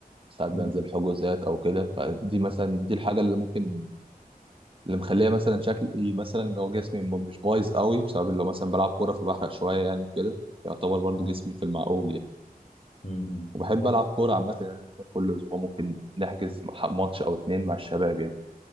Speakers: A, on the right (about 35°); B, on the left (about 55°).
A: ساعات بنزل
B: مم.
A: حجوزات او كده فدي مثلا دي الحاجه اللي ممكن اللي مخليه مثلا شكلي مثلا لو جسمي م- مش بايظ قوي بسبب لو مثلا بلعب كوره فبحرق شويه يعني وكده يعتبر برضو
B: اه
A: جسمي في المعقول يعني
B: امم
A: وبحب
B: طب
A: العب كوره عامه يعني مثلا كل اسبوع ممكن نحجز مح- ماتش او اتنين مع الشباب يعني